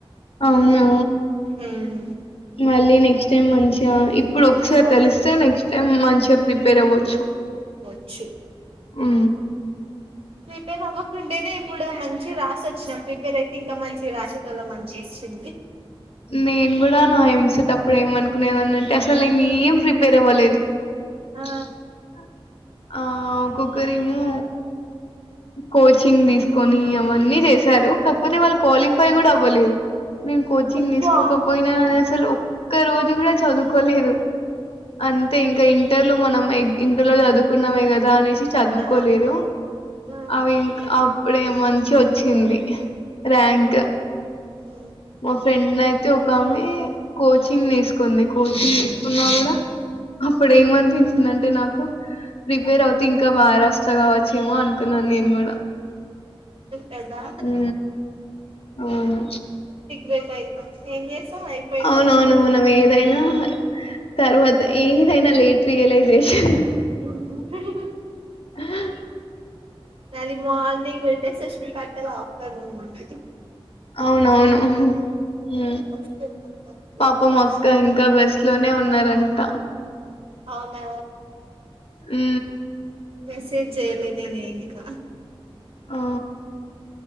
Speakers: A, on the left; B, on the right.
A: అవునా
B: ఉమ్.
A: మళ్ళీ నెక్స్ట్ మంచి గ ఇప్పు ఇప్పుడు ఒకసారి
B: ఆ,
A: తెలిస్తే నెక్స్ట్ టైమ్ మంచిగా ప్రిపేర్ అవ్వచ్చు
B: చ్చూ
A: ఆ
B: ప్రిపేర్ అవ్వకుంటేనే ఇప్పుడు మంచి రా వచ్చిన ప్రిపేర్ అయితే ఇంకా మంచి రాసేటోళ్ల మంచి తం
A: నేను కూడా నా ఎంసెట్టప్పుడు ఏమనుకునేనున్న అంటే అసలు నేను ఏం ప్రిపేర్ అవ్వలేదు.
B: ఆ
A: <unintelligible> ఆ ఒక్కొక్కరిమో కోచింగ్ తీసుకొని ఏమ అన్ని చేశారు కాకపోతే వాళ్ళు క్వాలిఫై కూడా అవ్వలేదు. నేను చిం
B: అయ్యో
A: తీసుకోక
B: ఆ
A: పోయినా అసలు ఒక్క రోజు కూడా చదువుకోలేదు. అంతే ఇంకా ఇంటర్ లో మనం ఎ ఇంటర్ లో చదువుకున్నామే కదా అని చదువుకోలేదు
B: ఆ ఆ,
A: అవి ఇంకా ఇప్పుడే మంచిగా వచ్చింది. ర్యాంక్
B: ఉమ్, ఉమ్,
A: మా ఫ్రెండ్ అయితే ఒకమె కోచింగ్ తీసుకుంది. కోచింగ్ తీసుకున్నా కూడా అప్పుడు
B: ఉమ్,
A: ఏమనిపించింది
B: ఉమ్.
A: అంటే నాకు కు ప్రిపేర్ అవుతే ఇంకా బాగారస్ కస్తగావచ్చు ఏమో అనిపించింది. అనుకున్నాను న్నేను కూడా
B: కదా
A: హు అవును
B: లెట్ అయితం ఏం చేస్తాం అయిపోయింటది
A: అవునవును
B: అప్పటికి
A: మనం ఏదైనా తర్వాత
B: ఆ
A: ఏదైనా లేట్ రీలైజెషన్
B: <unintelligible>
A: ఉహ
B: నాది మార్నింగ్ అదే సుస్మిత అక్కది ఆఫ్టేర్నూన్ ఉంటది.
A: అవునవును ఆహా హు
B: వస్తున్నా మరి
A: పాపం
B: ఎట్లా రాసిందో
A: అక్క ఇంకా బస్ లోనే ఉన్నారంట.
B: అవునా
A: ఉ
B: మెసేజ్ చేయాలె నేనే ఇకా
A: ఆ